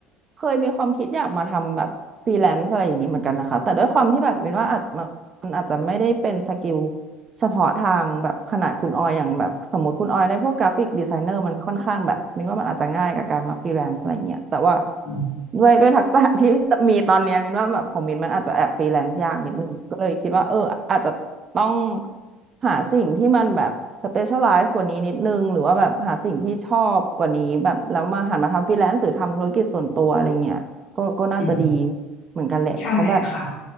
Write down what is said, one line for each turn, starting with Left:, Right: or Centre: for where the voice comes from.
Right: เคยมีความคิดอยากมาทำแบบฟรีแลนซ์อะไรอย่างนี้เหมือนกันนะคะแต่ด้วยความที่แบบมินว่าอาจมันอาจจะไม่ได้เป็นสกิล เฉพาะทางแบบขนาดคุณออยอย่างแบบสมมติคุณออยได้พวกกราฟิกดีไซเนอร์มันค่อนข้างแบบมินว่ามันอาจจะง่ายกับการมาฟรีแลนซ์อะไรเงี้ยแต่ว่า
Left: อืม
Right: ด้วย <laughs> ด้วยทักษะที่มีตอนเนี้ยมินว่าแบบของมินมันอาจจะแอบฟรีแลนซ์ยากนิดนึงก็เลยคิดว่าเอออาจจะต้องหาสิ่งที่มันแบบสเปเชียลไลซ์กว่านี้นิดนึงหรือว่าแบบหาสิ่งที่ชอบกว่านี้แบบแล้วมาหันมาทำฟรีแลนซ์หรือทำธุรกิจส่วนตัวอะไรเงี้ยก็ก็น่าจะดี
Left: อืม
Right: เหมือนกันแหละเพราะแบบ
Left: ใช่ค่ะ